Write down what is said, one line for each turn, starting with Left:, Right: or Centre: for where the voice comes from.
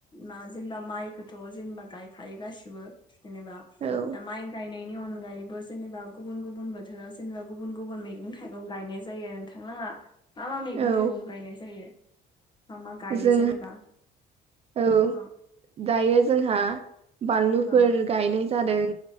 Left: मा जेनेबा माइखौथ' जेनेबा गायखायो गासिबो जेनेबा
Right: औ
Left: माइ गायनायनि अनगायैबो जेनेबा गुबुन गुबुन बोथोराव जेनेबा गुबुन गुबुन मैगं थाइगं गायनाय जायो आरो नोंथा थांलाङा मा मा मैगं
Right: औ
Left: थाइगं गायनाय जायो? मा मा गायो
Right: जोंहा
Left: जेनेबा
Right: औ
Left: अ
Right: दायो जोंहा बानलुफोर
Left: अ
Right: गायनाय जादों